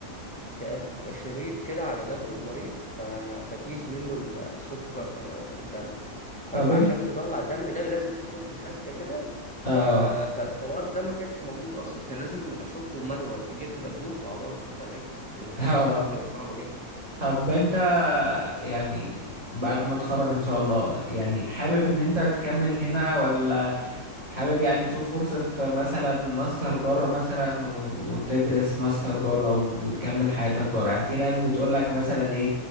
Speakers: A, in the centre; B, on the right (about 25°).
A: تأك- شريط كده على دم المريض ف... فتقيس منه ال- السكر في الدم فانت
B: طب انت
A: عشان تطلع الدم ده لازم تشكه شكه كده
B: اه
A: ف... فالحوار ده ما كانش موجود اصلا كان لازم اشكه مانوال جبت دبوس وعورته فاهم الامكانيات
B: <laughs> اه
A: هناك كانت صعبه جدا
B: طب انت يعني بعد ما تخرج ان شاء الله يعني حابب ان انت تكمل هنا ولا حابب يعني تشوف فرصة مثلا ماستر بره مثلا و- وتدرس ماستر بره و- وتكمل حياتك بره يعني في ناس بتقولك مثلا ايه